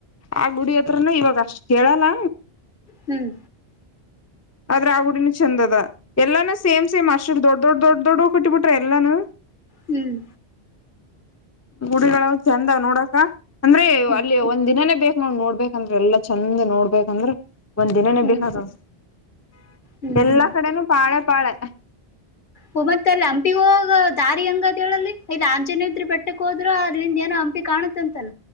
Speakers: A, on the left (about 20°); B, on the left (about 50°).
A: ಆ ಗುಡಿ ಹತ್ರನೆ ಇವಗಷ್ಟ್ ಕೇಳಲ್.
B: ಹ್ಮ್.
A: ಆದ್ರ ಆ ಗುಡಿನು ಚೆಂದದ ಎಲ್ಲಾನು ಸೇಮ್ ಸೇಮ್ ಅಷ್ಟಾಷ್ಟ್ ದೊಡ್ ದೊಡ್ ದೊಡ್ ದೊಡ್ಡವ್ ಕಟ್ಟಿಬಿಟ್ರ ಎಲ್ಲಾನು.
B: ಹ್ಮ್.
A: ಗುಡಿ ಒಳಗ ಚಂದದ್ ನೋಡಕ ಅಂದ್ರೆ
B: ಹ್ಮ್
A: ಅಲ್ಲಿ ಒಂದ್ ದಿನಾನೇ ಬೇಕ್. ನಾವ್ ನೋಡ್ಬೇಕಂದ್ರೆ ಎಲ್ಲಾ ಚಂದ ನೋಡ್ಬೇಕಂದ್ರ ಒಂದ್ ದಿನನೇ
B: ಹ್ಮ್
A: ಬೇಕಾತದ.
B: ಹ್ಮ್
A: ಎಲ್ಲಾ
B: ಹ್ಮ್
A: ಕಡೆನೂ ಪಾಳೆ ಪಾಳೆ.
B: ಹೊ ಮತ್ ಅಲ್ಲಿ ಹಂಪಿ ಗೊಗೋ ದಾರಿ ಹೆಂಗದೆಳಲ್ಲಿ ಇಲ್ ಆಂಜೀನಾದ್ರಿ ಬಿಟ್ಟುಕೊಗದು. ಅದ್ರಿಂದೇನೋ ಹಂಪಿ ಕಾಣುತ್ತಾಂತಲ.